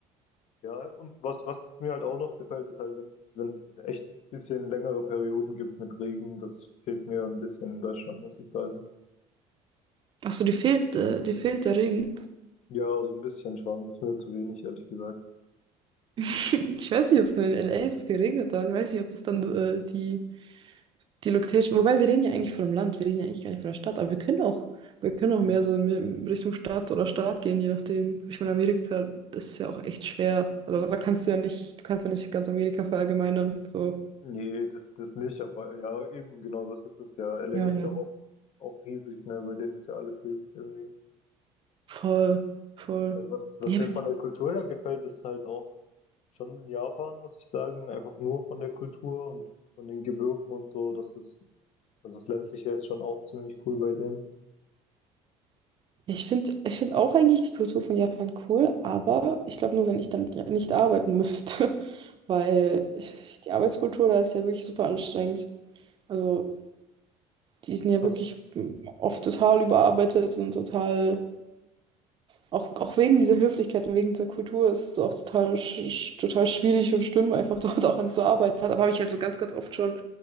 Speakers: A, on the left; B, on the right.
A: Ja, und was, was mir halt auch noch gefällt, ist halt, wenn es, wenn es echt ein bisschen längere Perioden gibt mit Regen, das fehlt mir ein bisschen in Deutschland, muss ich sagen.
B: Ach so, die fehlt, äh, die fehlt der Regen.
A: Ja, so ein bisschen schon, das ist mir zu wenig, ehrlich gesagt.
B: <laughs> Ich weiß nicht, ob es in L A so viel regnet hat. Ich weiß nicht, ob das dann äh, die, die Location. Wobei, wir reden ja eigentlich von dem Land, wir reden ja eigentlich gar nicht von der Stadt, aber wir können auch, wir können auch mehr so in in Richtung Stadt oder Staat gehen, je nachdem. Ich meine, Amerika, das ist ja auch echt schwer. Also da kannst du ja nicht, du kannst ja nicht ganz Amerika verallgemeinern. So.
A: Nee, das, das nicht, aber ja, eben, genau, das ist es ja. L
B: Ja,
A: A ist
B: ja.
A: ja auch, auch riesig, ne, bei denen ist ja alles riesig irgendwie.
B: Voll, voll.
A: Also was, was
B: Ja,
A: mir
B: aber
A: von der Kultur her gefällt, ist halt auch schon Japan, muss ich sagen, einfach nur von der Kultur und von den Gebirgen und so, das ist, also das Ländliche ist schon auch ziemlich cool bei denen.
B: Ich finde, ich finde auch eigentlich die Kultur von Japan cool, aber ich glaube nur, wenn ich damit ja nicht arbeiten müsste, <laughs> weil ich, die Arbeitskultur da ist ja wirklich super anstrengend. Also die sind ja
A: Was,
B: wirklich oft total überarbeitet und total, auch, auch wegen dieser Höflichkeit und wegen dieser Kultur ist es auch total, sch sch- total schwierig und schlimm, einfach <laughs> dort auch an zu arbeiten. Hat, aber habe ich halt so ganz, ganz oft schon